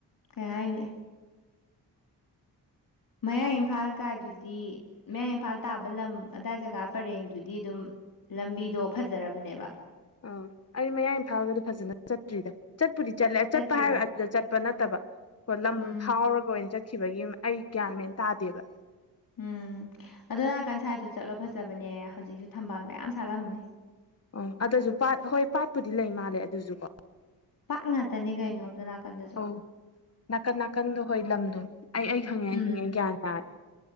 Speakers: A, on the left; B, on the left.
A: ꯀꯩ ꯍꯥꯏꯅꯤ ꯃꯌꯥꯡ ꯏꯝꯐꯥꯜ ꯀꯥꯏꯗꯨꯗꯤ ꯃꯌꯥꯡ ꯏꯝꯐꯥꯜ ꯇꯥꯕ ꯂꯝ ꯑꯗꯥꯏ ꯖꯒꯥ ꯄꯔꯦꯡꯗꯨꯗꯤ ꯑꯗꯨꯝ ꯂꯝꯕꯤꯗꯣ ꯐꯖꯔꯕꯅꯦꯕ
B: ꯑ ꯑꯩ ꯃꯌꯥꯏ ꯏꯝꯐꯥꯜꯒꯗꯤ ꯐꯖꯅ ꯆꯠꯇ꯭ꯔꯤꯗ ꯆꯠꯄꯨꯗꯤ ꯆꯠꯂꯦ
A: ꯆꯠꯇ꯭ꯔꯤꯕ
B: ꯆꯠꯄ ꯍꯥꯏꯔ ꯑꯗꯨꯗ ꯆꯠꯄ ꯅꯠꯇꯕ ꯀꯣ ꯂꯝ
A: ꯎꯝ
B: ꯐꯥꯎꯔꯒ ꯑꯣꯏꯅ ꯆꯠꯈꯤꯕꯒꯤ ꯑꯩ ꯒ꯭ꯌꯥꯟ ꯃꯦꯟ ꯇꯥꯗꯦꯕ
A: ꯎꯝ ꯑꯗꯣ ꯅꯥꯀꯟ ꯁꯥꯏꯠꯆꯨ ꯆꯠꯂꯣ ꯐꯖꯕꯅꯦ ꯍꯧꯖꯤꯛꯁꯨ ꯊꯝꯕꯥꯜ ꯃꯌꯥꯝ ꯁꯥꯠꯂꯝꯃꯅꯤ
B: ꯑ ꯑꯗꯨꯖꯨ ꯄꯥꯠ ꯍꯣꯏ ꯄꯥꯠꯄꯨꯗꯤ ꯂꯩ ꯃꯥꯜꯂꯦ ꯑꯗꯨꯖꯨ ꯀꯣ
A: ꯄꯥꯠ ꯉꯥꯛꯇꯅꯤ ꯀꯩꯅꯣ ꯑꯗꯨ ꯅꯥꯀꯟꯗꯖꯨ
B: ꯑꯧ ꯅꯥꯀꯟ ꯅꯥꯀꯟꯗꯣ ꯍꯣꯏ ꯂꯝꯗꯣ ꯑꯩ ꯑꯩ ꯈꯪꯉꯦ ꯑꯩ
A: ꯎꯝ
B: ꯈꯪꯉꯦ ꯑꯩ ꯒ꯭ꯌꯥꯟ ꯇꯥꯔꯦ